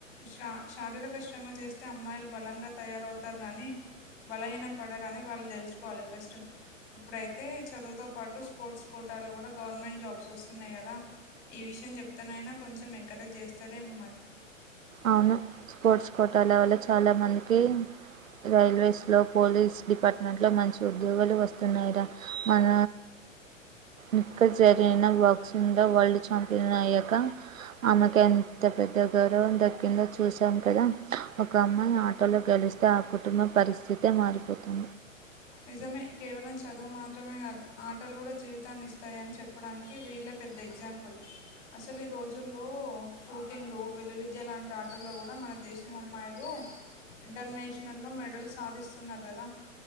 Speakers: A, on the left; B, on the right.
A: శ్ర శారీరక శ్రమ చేస్తే అమ్మాయిలు బలంగా తయారవుతారు గానీ బలహీన పడరని వాళ్ళు దెలుసుకోవాలి ఫస్ట్ ఇప్పుడైతే చదువుతో పాటు స్పోర్ట్స్ కోటాలో కూడా గవర్నమెంట్ జాబ్స్ వస్తున్నాయి కదా ఈ విషయం జెప్తేనైనా కొంచెం ఎంకరేజ్ చేస్తారేమో మరి
B: అవును స్పోర్ట్స్ కోటాల వల్ల చాలా మందికి రైల్వేస్లో పోలీస్ డిపార్ట్మెంట్లో మంచి ఉద్యోగాలు వస్తున్నాయిర మన ఇంక జరిగిన బాక్సింగ్లో వరల్డ్ ఛాంపియన్ అయ్యాక ఆమెకి ఎంత పెద్ద గౌరవం దక్ కిందో చూసాం కదా ఒక అమ్మాయి ఆటలో గెలిస్తే ఆ కుటుంబ పరిస్థితే మారిపోతుంది
A: నిజమే కేవలం చదువు మాత్రమే కాదు ఆటలు కూడా జీవితాన్ని ఇస్తాయని చెప్పడానికి వీళ్ళే పెద్ద ఎగ్జాంపుల్ అసలు ఈ రోజుల్లో షూటింగు విలువిద్య లాంటి ఆటల్లో కూడా మన దేశం అమ్మాయిలు ఇంటర్నేషనల్లో మెడల్ సాధిస్తున్నారు కదా